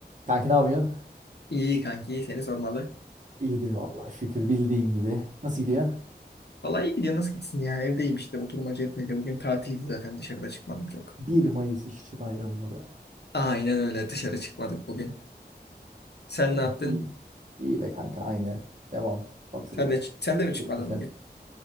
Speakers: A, on the right; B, on the left.
A: Kanka ne yapıyorsun?
B: İyi kanki, iyi seni sormalı.
A: İyidir vallahi şükür bildiğin gibi. Nasıl gidiyor?
B: Vallahi iyi gidiyor, nasıl gitsin ya? Evdeyim işte, oturmaca etmece. Bugün tatildi zaten, dışarıda çıkmadım çok.
A: 1 Mayıs İşçi Bayramı mı be.
B: Aynen öyle, dışarı çıkmadık bugün. Sen
A: <laughs>
B: ne yaptın?
A: İyi, iyi be kanka aynı. Devam. Oturuyorum.
B: Sen de sen de mi çıkmadın
A: Şey, şey.
B: bugün?